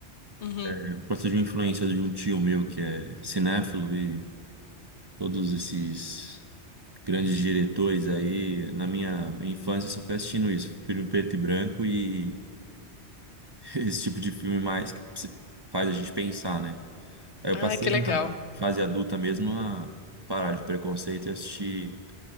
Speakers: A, on the left; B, on the right.
A: uhum.
B: Eu gosto de uma influência de um tio meu que é cinéfilo e todos esses grandes diretores aí. Na minha infância, eu só fui assistindo isso. Filme preto e branco e <laughs> esse tipo de filme mais que se- faz a gente pensar, né? Aí eu
A: Ah,
B: passei
A: que legal.
B: na fase adulta mesmo a parar de preconceito e assistir